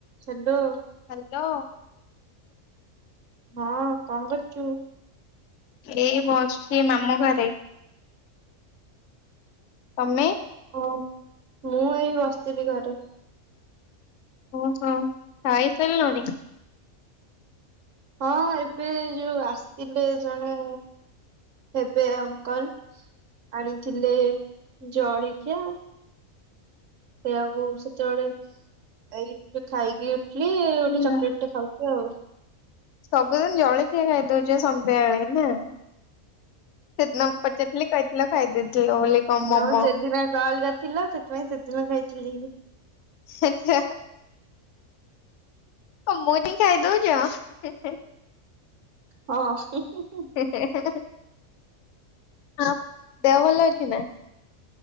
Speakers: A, on the right; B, on the left.
A: ସାନ୍ଦ।
B: ହାଲୋ।
A: ହଁ କଁ କରଚୁ?
B: ଏଇ ବସଛି ମାମୁଁ ଘରେ। ତମେ?
A: କଁ ମୁଁ ଏଇ ବସିଥିଲି ଘରେ।
B: ଓହୋ ଖାଇସାରିଲଣି?
A: ହଁ ଏବେ ଯୋଉ ଆସତିଲେ ଜଣେ। ହେବେ ଅଙ୍କଲ ଆଣିଥିଲେ ଜଳିଖିଆ। ସେଇଆକୁ ସେତବେଳେ ଏଇ ଏବେ ଖାଇକି ଉଠିଲି ଗୋଟେ
B: ହୁଁ,
A: ଚକୋଲେଟେ ଖାଉ ଲୋ।
B: ସବୁଦିନ ଜଳଖିଆ ଖାଇଦଉଚ଼ ସନ୍ଧ୍ୟାବେଳେ ନା। ସେଦିନ ପଚାରିଥିଲି କହିଥିଲ ଖାଇ ଦେଇଥିଲ ବୋଲି। କଣ ମୋମୋ।
A: ତମ ସେଦିନ କାଲ ଗା ଥିଲା ସେଥିପାଇଁ ସେଦିନ ଖାଇଥିଲି।
B: <unintelligible> ହଁ ମୁଁ ଟିକେ ଖାଇ ଦଉଚି ଆଁ- ହେ -ହେ।
A: ହଁ -ହୁଁ -ହୁଁ- ହୁଁ।
B: ହେ- ହେ- ହେ -ହେ ଆଉ ଦେହ ଭଲ ଅଛି ନା?